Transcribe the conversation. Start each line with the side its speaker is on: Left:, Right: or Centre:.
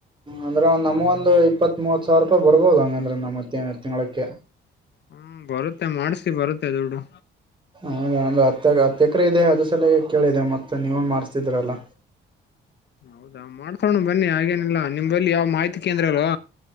Right: ಅಂದ್ರೆ ಒ್ ನಮ್ೊ ಒಂದು ಇಪ್ಪತ್ ಮೂವತ್ ಸಾವಿರ ರೂಪಾಯಿ ಬರ್ಬೋದ ಹಂಗಂದ್ರೆ ನಮ್ಮ್ ತಿಂಗ್ಳಕ್ಕೆ
Left: ಹ್ಮ್ ಬರುತ್ತೆ ಮಾಡ್ಸ ಬರುತ್ತೆ ದೊಡ್ಡು
Right: ಹದ ಅಂದ್ರೆ ಹತ್ತ ಹತ್ತ ಎಕರೆ ಇದೆ ಅದ ಸಲಯಾಗಿ ಕೇಳಿದೆೆ ಮತ್ತ ನೀವನ್ ಮಾಡ್ಸ್ತಿದ್ರಲ್ಲ
Left: ಹೌದಾ ಮಾಡ್ತಣ ಬನ್ನಿ ಹಾಗೇನಿಲ್ಲ ನಿಮಲ್ಲಿ ಯಾವ ಮಾಹಿತಿ ಕೇಂದ್ರ ಅಲ್ವಾ